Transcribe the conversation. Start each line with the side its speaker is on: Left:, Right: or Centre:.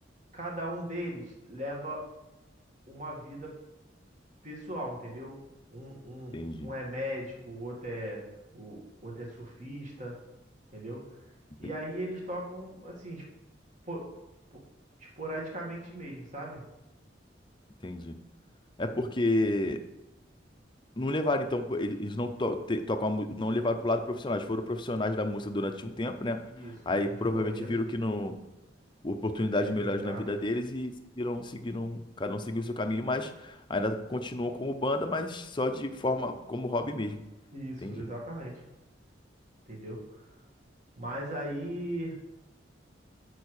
Right: cada um deles leva uma vida pessoal, entendeu? Um, um,
Left: Entendi,
Right: um é médico, o outro é, o outro é surfista, entendeu?
Left: ente-
Right: E aí eles tocam, assim, espo- espo- esporadicamente mesmo, sabe?
Left: entendi. É porque não levaram, então, pô, ele- eles não to te- tocam a mu- não levaram pro lado profissionais, foram profissionais da música durante um tempo, né?
Right: Isso,
Left: Aí
Right: durante
Left: provavelmente
Right: o começo,
Left: viram que não oportunidades
Right: que não ia
Left: melhores
Right: vingar.
Left: na vida deles e seguiram, seguiram, cada um seguiu o seu caminho, mas ainda continuam como banda, mas só de forma como hobby mesmo.
Right: Isso,
Left: Entendi.
Right: exatamente. Entendeu? Mas aí,